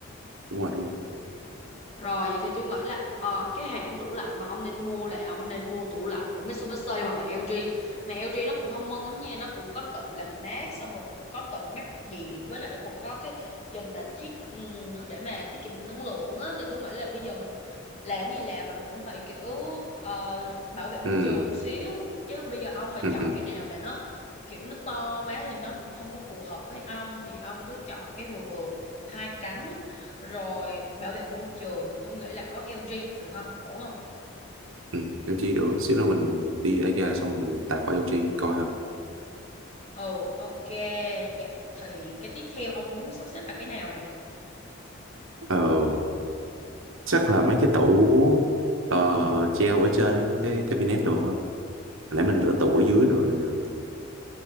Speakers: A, on the right; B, on the left.
A: đúng rồi đúng rồi
B: Rồi vậy thì tôi nghĩ là ờ, cái hãng tủ lạnh mà ông nên mua là ông nên mua tủ lạnh của Mitsubishi hoặc là LG. Mà LG nó cũng thông minh lắm nha, nó cũng có tự làm mát xong rồi cũng có tự ngắt điện với lại nó cũng có cái trình mà thiết ừm, để mà tiết kiệm năng lượng á thì tôi nghĩ là bây giờ mình làm gì làm mình cũng phải kiểu ờ, bảo vệ môi
A: ừ
B: trường một xíu chứ bây giờ ông mà
A: ừ
B: chọn
A: ừ
B: cái nào mà nó kiểu nó to quá thì nó cũng không có phù hợp với ông thì ông cứ chọn cái vừa vừa hai cánh rồi bảo vệ môi trường thì tôi nghĩ là có LG được không? Ổn không?
A: Ừ, LG được xíu nữa mình đi IKEA xong rồi mình tạt qua LG coi ha
B: Ừ, ok. Vậy thì cái tiếp theo ông muốn sắp xếp là cái nào nè?
A: ờ chắc là mấy cái tủ ờ, treo ở trên á, mấy cái cabinet đồ ha hồi nãy mình lựa tủ ở dưới rồi rồi.